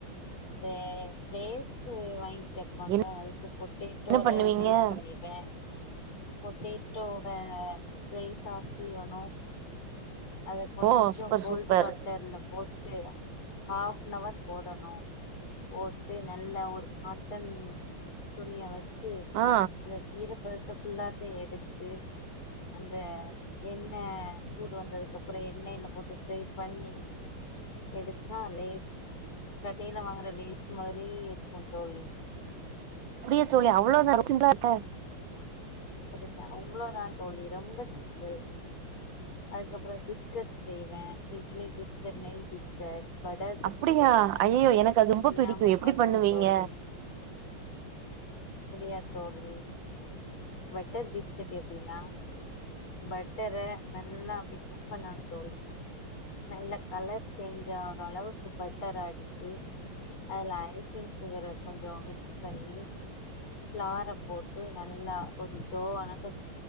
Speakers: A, on the left; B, on the right.
A: இந்த லேசு வாங்கி கேப்பாங்க
B: என்ன
A: அதுக்கு பொட்டேட்டோல
B: என்ன பண்ணுவீங்க
A: லேஸ் பண்ணிருவே பொட்டேட்டோவ ஸ்லைசா சீவனு அத கொஞ்சொ
B: ஓ சூப்பர்
A: கோல்டு
B: சூப்பர்
A: வாட்டர்ல போட்டு ஹாஃப்னவர் போடணு போட்டு நல்லா ஒரு காட்டன் துணிய வச் சு
B: ஆ
A: அந்த ஈரப்பத த்த ஃபுல்லாத்த எடுத்து அந்த எண்ண சூடு வந்ததுக்கப்றொ எண்ணெய்ல போட்டு ஃப்ரை பண்ணி எடுத்தா லேஸ் கடைல‌ வாங்குற லேஸ் மாரி இருக் கு தோழி
B: அப்டியா தோழி அவ்ளதா <inaudible>
A: புஜக்க அவ்ளோதான் தோழி ரொம்ப சிம்பிள் அதுக்கப்புறம் பிஸ்கேட் செய்வேன் வீக்லி பிஸ்கட் நெய் பிஸ்கட் பட்டர் பிஸ்கட்
B: அப்படியா ஐயயோ எனக்கு அது ரொம்ப
A: எல்லாமே
B: பிடிக்கும் எப்படி
A: பண்ணுவே
B: பண்ணுவீங்க
A: தோழி அப்படியா தோழி பட்டர் பிஸ்கேட் எப்டின்னா பட்டர நல்லா மிக்ஸ் பண்ணணும் தோழி நல்லா கலர் சேஞ்ச் ஆகற அளவுக்கு பட்டர் அடிச்சு அதுல ஐசிங் சுகர கொஞ்சம் மிக்ஸ் பண்ணி பிளார போட்டு நல்லா ஒரு டோ வனக்க